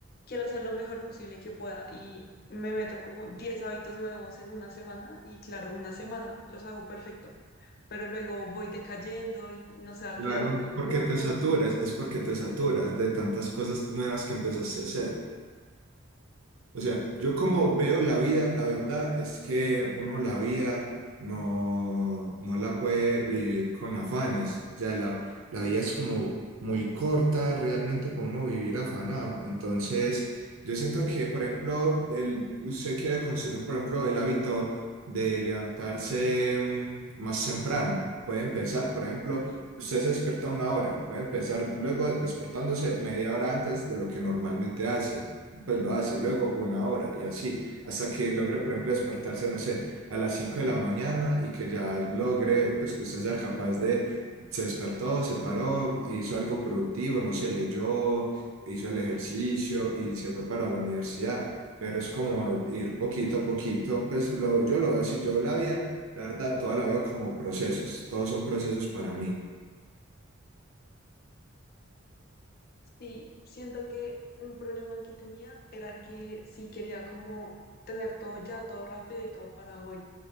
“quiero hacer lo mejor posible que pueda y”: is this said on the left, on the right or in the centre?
Left